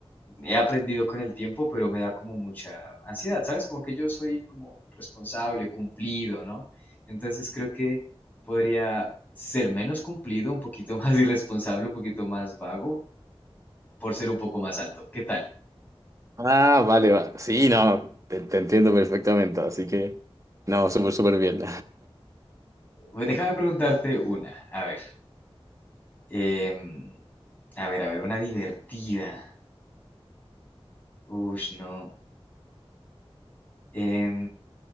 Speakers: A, on the left (about 15°); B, on the right (about 30°).
A: he aprendido con el tiempo, pero me da como mucha ansiedad, ¿sabes? Como que yo soy como responsable, cumplido, ¿no? Entonces creo que podría ser menos cumplido, un poquito <laughs> más irresponsable, un poquito más vago, por ser un poco más alto. ¿Qué tal?
B: Ah, vale, va. Sí, no, te, te entiendo perfectamente, así que no, súper, súper bien.
A: Pues Déjame preguntarte una. A ver. em, a ver, a ver, una divertida. Uy, no. Em,